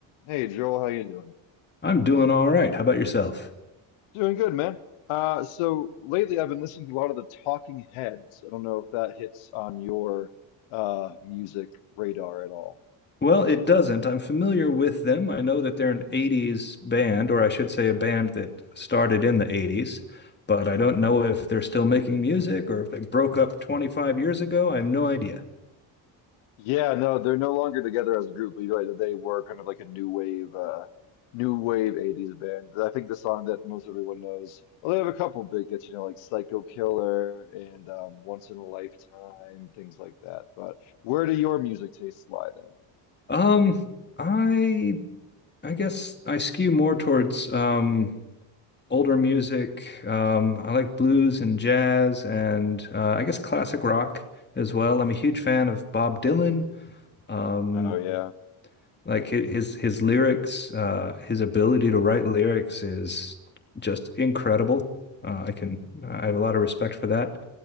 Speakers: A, on the left; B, on the left.
A: Hey Joel, how you doing?
B: I'm doing all right. How about yourself?
A: Doing good, man. Uh, so lately I've been listening to a lot of the Talking Heads. I don't know if that hits on your uh, music radar at all.
B: Well, it doesn't. I'm familiar with them. I know that they're an 80s band, or I should say a band that started in the 80s, but I don't know if they're still making music or if they broke up 25 years ago. I have no idea.
A: Yeah, no, they're no longer together as a group, but you're right that they were kind of like a new wave, uh, new wave 80s band. I think the song that most everyone knows, well, they have a couple big hits, you know, like Psycho Killer and um, Once in a Lifetime, things like that. But where do your music tastes lie then?
B: Um, I I guess I skew more towards um older music. Um, I like blues and jazz and uh, I guess classic rock as well. I'm a huge fan of Bob Dylan. Um,
A: Oh yeah.
B: like hi- his his lyrics, uh, his ability to write lyrics is just incredible. Uh, I can I have a lot of respect for that.